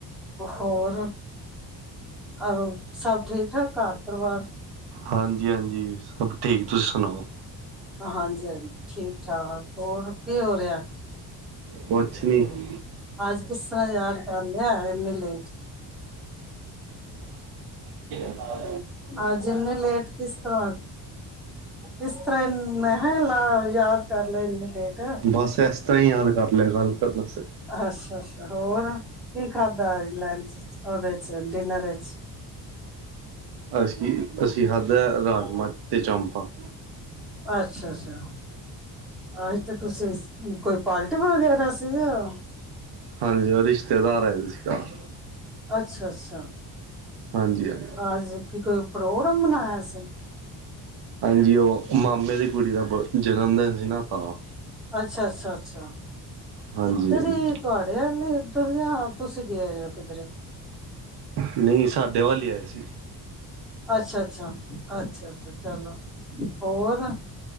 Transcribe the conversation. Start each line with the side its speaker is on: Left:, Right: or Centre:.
Centre: ਹੋਰ ਆਹੋ, ਸਭ ਠੀਕ-ਠਾਕ ਘਰ ਪਰਿਵਾਰ?
Right: ਹਾਂਜੀ-ਹਾਂਜੀ, ਸਭ ਠੀਕ ਤੁਸੀਂ ਸੁਣਾਓ।
Centre: ਹਾਂਜੀ-ਹਾਂਜੀ, ਠੀਕ- ਠਾਕ ਹੋਰ ਕੀ ਹੋ ਰੇਯਾ?
Right: ਕੁਛ ਨੀਂ ਜੀ।
Centre: ਅੱਜ ਕਿਸ ਤਰ੍ਹਾਂ ਯਾਦ ਕਰ ਲਿਆ ਇੰਨੀ ਲੇਟ
Right: <inaudible>
Centre: ਅੱਜ ਇਨੇ ਲੇਟ, ਕਿਸ ਤਰਾਂ? ਇਸ ਤਰਾਂ, ਮੈਂਹੈ ਲਾ ਯਾਦ ਕਰ ਲੈ ਇੰਨੀ ਲੇਟ।
Right: ਬਸ, ਇਸ ਤਰ੍ਹਾਂ ਹੀ ਯਾਦ ਕਰ ਲੇਯਾ, ਗੱਲ ਕਰਨ ਆਸਤੇ।
Centre: ਅੱਸ਼ਾ-ਅੱਸ਼ਾ, ਹੋਰ ਕੀ ਖਾਧਾ ਲੰਚ ਓਦੇ ਚ ਡਿਨਰ ਏਚ?
Right: ਅਸੀ ਅਸੀ ਖਾਧਾ ਰਾਜਮਾ ਤੇ ਚਾਮਪਾ।
Centre: ਅੱਸ਼ਾ-ਅੱਸ਼ਾ। ਅੱਜ ਤਾਂ ਤੁਸੀਂ ਕੋਈ ਪਾਲਟੀ ਵਗੈਰਾ ਸੀ ਯਾਂ?
Right: ਹਾਂਜੀ ਰਿਸ਼ਤੇਦਾਰ ਆਏ ਹੋਏ ਸੀ ਘਰ,
Centre: ਅੱਛਾ -ਅੱਛਾ
Right: ਹਾਂਜੀ -ਹਾਂਜੀ।
Centre: ਅੱਜ ਕੀ ਕੋਈ ਪ੍ਰੋਗਰਾਮ ਮਨਾਇਆ ਸੀ।
Right: ਹਾਂਜੀ ਉ ਮਾਮੇ ਦੀ ਕੁੜੀ ਦਾ ਜਨਮ ਦਿਨ ਸੀ ਨਾ, ਤਾਂ।
Centre: ਅੱਛਾ -ਅੱਛਾ, ਅੱਛਾ
Right: ਹਾਂਜੀ
Centre: ਇੱਧਰ
Right: ਹਾਂਜੀ
Centre: ਹੀ ਤੁਹਾਡੇ ਆਲ ਇ ਐ। ਕਹਿੰਦੇ ਆਪ ਤੁਸੀਂ ਗਏ ਹੋਏ ਓ ਕਿੱਧਰੇ।
Right: ਨਈ ਸਾਡੇ ਵੱਲ ਈ ਆਏ ਸੀ।
Centre: ਅੱਛਾ- ਅੱਛਾ, ਅੱਛਾ -ਅੱਛਾ ਚਲੋ, ਹੋਰ?